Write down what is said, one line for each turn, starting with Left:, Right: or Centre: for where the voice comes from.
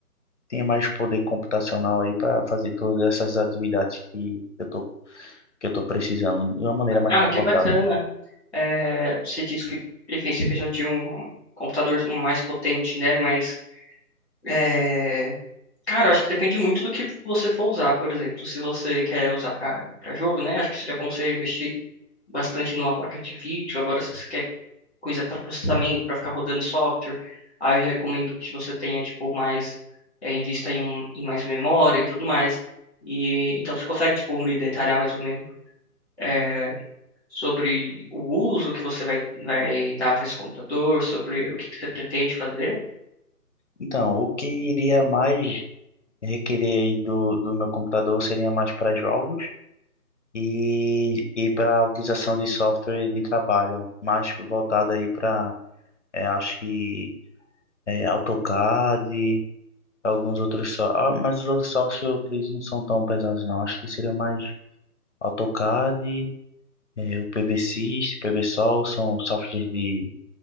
Left: tenha mais poder computacional aí para fazer todas essas atividades que eu tô, que eu tô precisando de uma maneira mais
Centre: Ah,
Left: confortável.
Centre: que bacana. É, você disse que enfim, você precisa de um computador mais potente, né? Mas, é, cara, eu acho que depende muito do que você for usar. Por exemplo, se você quer usar pra para jogo, né? Acho que seria bom você investir bastante numa placa de vídeo. Agora, se você quer coisa para processamento, para ficar rodando software. Aí eu já recomendo que você tenha, tipo, mais, é, invista em, um- em mais memória e tudo mais. E então você consegue, tipo, me detalhar mais ou menos é, sobre o uso que você vai, vai dar para esse computador, sobre o que, que você pretende fazer?
Left: Então, o que iria mais requerer aí do, do meu computador seria mais para jogos e, e para a utilização de software de trabalho, mais voltado aí para, acho que, é, AutoCAD alguns outros só. Ah, mas os outros softwares que eu utilizo não são tão pesados, não. Acho que seria mais AutoCAD, eh, o PVSys, PVSol, são softwares de